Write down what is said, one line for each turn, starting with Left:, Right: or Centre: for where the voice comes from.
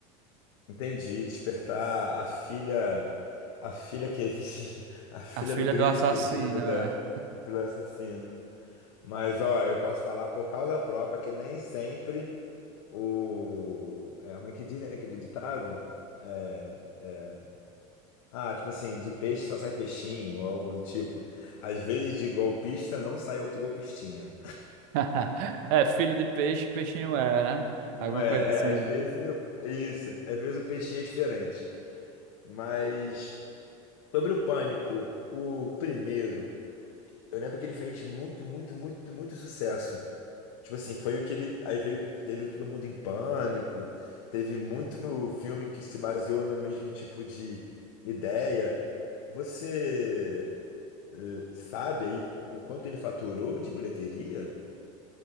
Left: Entendi, despertar a filha, a filha que existe, <laughs> a filha
Right: A filha
Left: do grito
Right: do assassino,
Left: que existe dentro
Right: é.
Left: dela, a filha do assassino. Mas ó, eu posso falar por causa própria que nem sempre o. É, como é que diz, né, aquele ditado? É, é, Ah, tipo assim, de peixe só sai peixinho, ou algo do tipo. Às vezes de golpista não sai outro golpistinha.
Right: <laughs> É, filho de peixe, peixinho é, né?
Left: Não
Right: Alguma
Left: é,
Right: coisa assim.
Left: é, às vezes eu- é isso, às vezes o peixinho é diferente. Mas sobre o Pânico, o primeiro, eu lembro que ele fez muito, muito, muito, muito sucesso. Tipo assim, foi o que ele. Aí veio, teve o Todo Mundo em Pânico, teve muito filme que se baseou no mesmo tipo de ideia. Você. eh, sabe aí o quanto ele faturou de bilheteria?